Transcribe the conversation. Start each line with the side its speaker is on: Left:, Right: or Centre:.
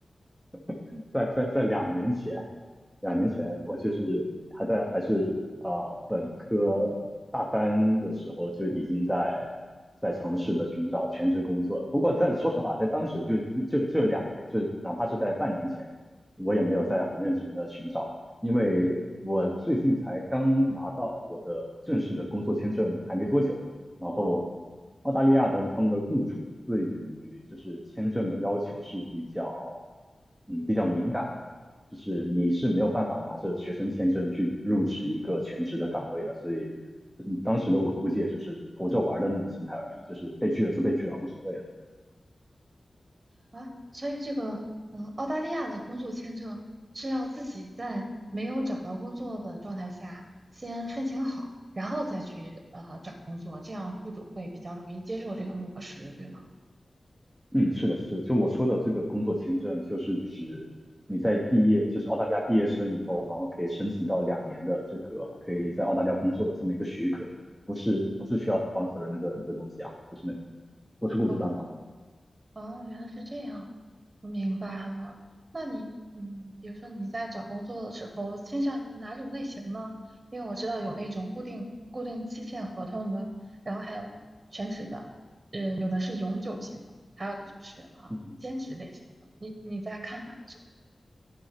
Centre: <laughs> 在在在两年前，两年前我就是还在还是呃本科大三的时候就已经在在尝试的寻找全职工作了。
Right: 嗯
Centre: 不过在说实话，在当时就就这两年，就是哪怕是在半年前，我也没有在很认真的寻找，
Right: 嗯。
Centre: 因为我最近才刚拿到我的正式的工作签证，还没多久。然后澳大利亚的他们的雇主对于就是签证的要求是比较嗯比较敏感的，就是你是没有办法拿着学生签证去入职一个全职的岗位的，所以嗯当时的我估计也就是投着玩儿的那种心态而已，就是被拒了就被拒了，无所谓了。
Right: 啊，所以这个呃，澳大利亚的工作签证是要自己在没有找到工作的状态下先申请好，然后再去呃找工作，这样雇主会比较容易接受这个模式，对吗？
Centre: 嗯，是的，是的，就我说的这个工作签证，就是指你在毕业，
Right: 嗯，
Centre: 就是澳大利亚毕业生以后，然后可以申请到两年的这个可以在澳大利亚工作的这么一个许可，不是不是需要 sponsor 的那个那个东西啊，不是那个，不是雇主担保。
Right: 哦，哦，原来是这样，我明白了。那你，嗯，比如说你在找工作的时候，倾向于哪种类型呢？因为我知道有那种固定固定期限合同的，然后还有全职的，嗯，有的是永久性的，还有的就是啊，
Centre: 嗯嗯
Right: 兼职类型的。你你在看哪一种？